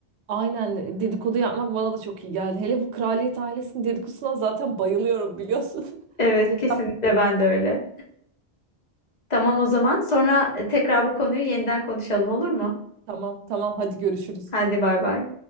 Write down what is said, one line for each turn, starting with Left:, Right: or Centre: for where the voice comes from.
Right: Aynen dedikodu yapmak bana da çok iyi geldi. Hele bu kraliyet ailesinin dedikodusuna zaten bayılıyorum biliyorsun. <laughs>
Left: Evet,
Right: Tekrar
Left: kesinlikle ben de öyle. Tamam o zaman. Sonra tekrar bu konuyu yeniden konuşalım olur mu?
Right: tamam tamam hadi görüşürüz.
Left: Hadi bay bay.